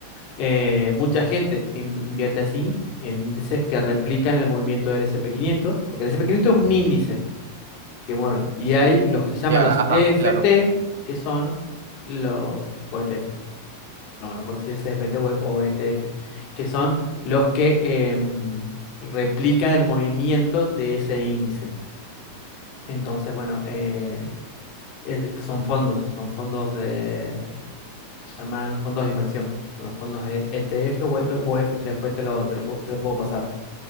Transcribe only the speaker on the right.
ya,
ajá,
claro.